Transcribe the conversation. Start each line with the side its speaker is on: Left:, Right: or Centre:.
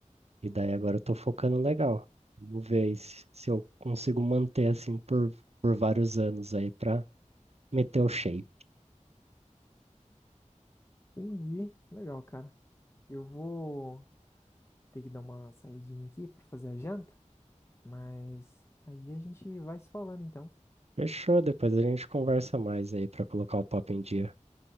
Right: E daí agora eu tô focando legal. Vamos ver aí se, se eu consigo manter assim por, por vários anos aí pra meter o shape.
Left: Entendi. Legal, cara. Eu vou ter que dar uma saidinha aqui pra fazer a janta. Mas aí a gente vai se falando então.
Right: Fechou, depois a gente conversa mais aí pra colocar o papo em dia.